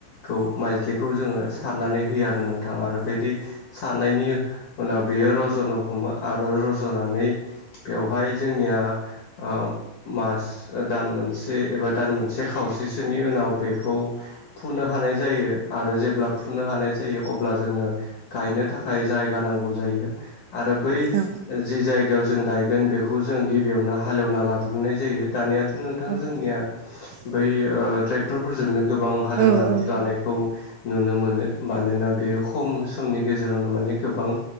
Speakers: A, on the left; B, on the right.
A: खौ माइज्लिखौ जोङो सारनानै होयो आरो नोंथां आरो बेदि साननायनि उनाव बेयो रज'नो हमो आरो रज'नानै बेवहाय जोंनियाबो मास दान मोनसे एबा दान मोनसे खावसे <unintelligible> नि उनाव बेखौ फुनो हानाय जायो आरो जेब्ला फुनो हानाय जायो अब्ला जोंनो। गायनो थाखाय जायगा नांगौ जायो आरो बै
B: औ
A: जि जाय जायगायाव जों गायगोन बेखौ जों गिबियावनो हाल एवना लाग्रोनाय जायो दानियाथ' नोंथां
B: औ
A: जोंनिया
B: <inaudible>
A: बै ओ ट्रेक्टरफोरजोंनो गोबां हाल
B: औ
A: एवनानै
B: औ
A: लानायखौओ नुनो मोनो मानोना बेयो खम समनि गेजेरावनो माने गोबांनो